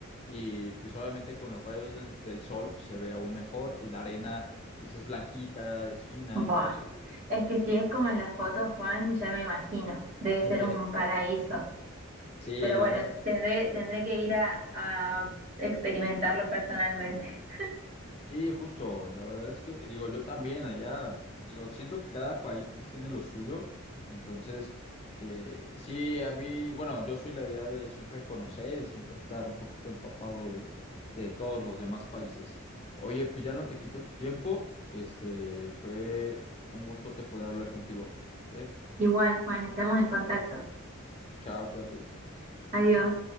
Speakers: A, on the left (about 30°); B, on the right (about 35°).
A: y pues obviamente con los rayos del, del sol pues, se ve aún mejor y la arena pues es blanquita, es fina,
B: Buah,
A: entonces,
B: es que si es como en la foto, Juan, ya me imagino, debe
A: <laughs>
B: ser un paraíso.
A: sí,
B: Pero
A: la
B: bueno,
A: verdad.
B: tendré, tendré que ir a, a experimentarlo personalmente.
A: Sí, justo. La verdad es que digo, yo también allá, digo, siento que cada país pues, tiene lo suyo. Entonces, eh, sí, a mí, bueno, yo soy la idea de siempre conocer y siempre estar un poquito empapado de, de todos los demás países. Oye, pues ya no te quito tu tiempo. Este, fue un gusto te poder hablar contigo. ¿vale?
B: <laughs> Igual, Juan, estamos en contacto.
A: Chao, cuídate.
B: Adiós.